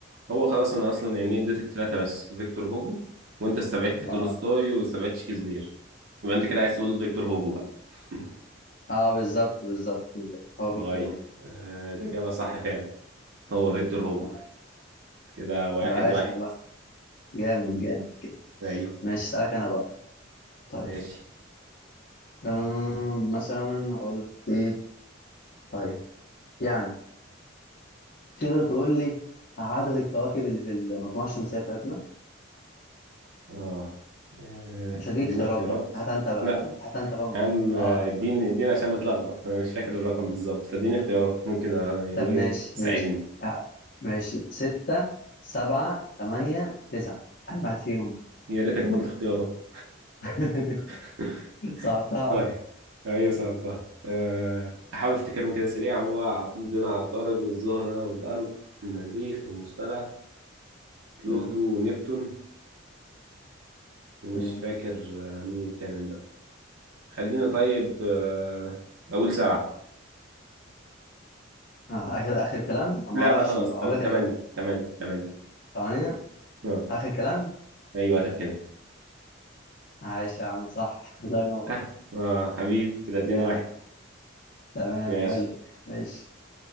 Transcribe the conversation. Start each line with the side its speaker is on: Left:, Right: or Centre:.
Right: هو خلاص انا اصلا يعني اديتك ثلاثه بس فيكتور هوجو وانت استبعدت تولستوي
Left: اه
Right: واستبعدت شكسبير يبقى انت كده عايز تقول فيكتور هوجو بقى <laughs>
Left: اه بالظبط بالظبط بالظبط هو
Right: طيب
Left: فيكتور هوجو
Right: آه الاجابه صح فعلا هو فيكتور هوجو
Left: تمام
Right: كده واحد
Left: طب عاش
Right: واحد
Left: والله جامد جامد جامد
Right: ايوه
Left: ماشي اسألك انا بقى طيب
Right: ماشي
Left: آم مثلا هقول لك ايه طيب يعني تقدر تقول لي عدد الكواكب اللي في المجموعة الشمسية بتاعتنا
Right: اه آه،
Left: مش هديك
Right: اديني
Left: خيارات
Right: اختيارات
Left: بقى هات انت بقى
Right: لا
Left: هات انت بقى
Right: يا عم آه،
Left: اه
Right: اديني
Left: فكر
Right: اديني عشان بتلخبط انا مش فاكر الرقم بالظبط فاديني اختيارات ممكن آه، يعني
Left: طب ماشي
Right: تساعدني
Left: ماشي آه، ماشي ستة سبعة تمانية تسعة أنا واحد فيهم
Right: يا ريتك ما قلت اختيارات
Left: <laughs>
Right: <laughs>
Left: صعبتها
Right: طيب
Left: أكتر
Right: ايوه سألتها أه هحاول افتكرهم كده سريع هو عندنا عطارد والزهرة والأرض المريخ المشتري بلوتو
Left: مم،
Right: ونبتون ومش
Left: مم.
Right: فاكر آه، مين التامن بقى خلينا طيب أه أقول سبعة
Left: آه، آخر آخر كلام ما
Right: لا
Left: أعرفش
Right: لا خلاص
Left: ما هقول
Right: ت-
Left: لك
Right: تمانية
Left: الإجابة
Right: تمانية تمانية
Left: ثمانية
Right: اه
Left: آخر كلام
Right: أيوه آخر كلام
Left: عايش يا عم صح <laughs> الله ينور
Right: اه اه حبيبي كده اتنين
Left: جامد
Right: واحد
Left: تمام
Right: ماشي
Left: حلو ماشي